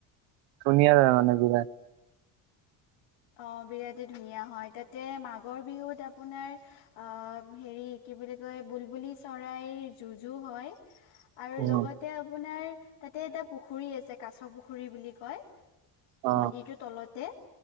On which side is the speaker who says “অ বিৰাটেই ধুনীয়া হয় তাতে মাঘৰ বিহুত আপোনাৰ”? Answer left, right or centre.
Left